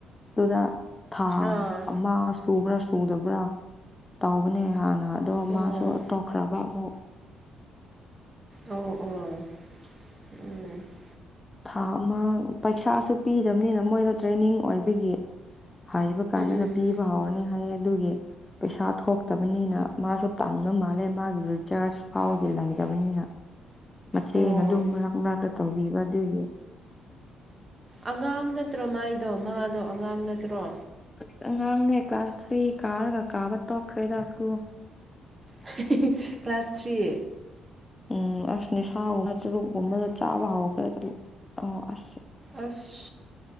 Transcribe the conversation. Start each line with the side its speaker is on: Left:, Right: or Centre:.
Left: ꯑꯗꯨꯗ ꯊꯥ
Right: ꯑꯥ
Left: ꯑꯃ ꯁꯨꯕ꯭ꯔ ꯎꯗꯕ꯭ꯔꯥ ꯇꯧꯕꯅꯦ ꯍꯥꯟꯅ ꯑꯗꯣ
Right: ꯑꯣ
Left: ꯃꯥꯁꯨ ꯇꯣꯛꯈ꯭ꯔꯕ ꯑꯃꯨꯛ
Right: ꯑꯣ ꯑꯣ ꯎꯝ
Left: ꯊꯥ ꯑꯃ ꯄꯩꯁꯥꯁꯨ ꯄꯤꯗꯕꯅꯤꯅ ꯃꯣꯏꯅ ꯇ꯭ꯔꯦꯅꯤꯡ ꯑꯣꯏꯕꯒꯤ ꯍꯩꯕ ꯀꯥꯟꯗꯅ
Right: ꯎꯝ ꯎꯝ
Left: ꯄꯤꯕ ꯍꯧꯔꯅꯤ ꯍꯥꯏꯌꯦ ꯑꯗꯨꯒꯤ ꯄꯩꯁꯥ ꯊꯣꯛꯇꯕꯅꯤꯅ ꯃꯥꯁꯨ ꯇꯟꯕ ꯃꯥꯜꯂꯦ ꯃꯥꯒꯤ ꯔꯤꯆꯥꯔꯁ ꯐꯥꯎꯗꯤ ꯂꯩꯇꯕꯅꯤꯅ ꯃꯆꯦꯅ
Right: ꯑꯣ
Left: ꯑꯗꯨꯝ ꯃꯔꯛ ꯃꯔꯛꯇ ꯇꯧꯕꯤꯕ ꯑꯗꯨꯒꯤ
Right: ꯑꯉꯥꯡ ꯅꯠꯇ꯭ꯔꯣ ꯃꯥꯏꯗꯣ ꯃꯥꯗꯣ ꯑꯉꯥꯡ ꯅꯠꯇ꯭ꯔꯣ
Left: ꯑꯁ ꯑꯉꯥꯡꯅꯦ ꯀ꯭ꯂꯥꯁ ꯊ꯭ꯔꯤ ꯀꯥꯔꯒ ꯀꯥꯕ ꯇꯣꯛꯈ꯭ꯔꯦꯗ ꯁ꯭ꯀꯨꯜ
Right: <unintelligible> ꯀ꯭ꯂꯥꯁ ꯊ꯭ꯔꯤ
Left: ꯎꯝ ꯑꯁ ꯅꯤꯁꯥꯒꯨꯝꯕ ꯆꯨꯔꯨꯞꯒꯨꯝꯕꯗꯨ ꯆꯥꯕ ꯍꯧꯎꯈ꯭ꯔꯦ ꯑꯗꯨꯝ ꯑꯥ ꯑꯁ
Right: ꯑꯁ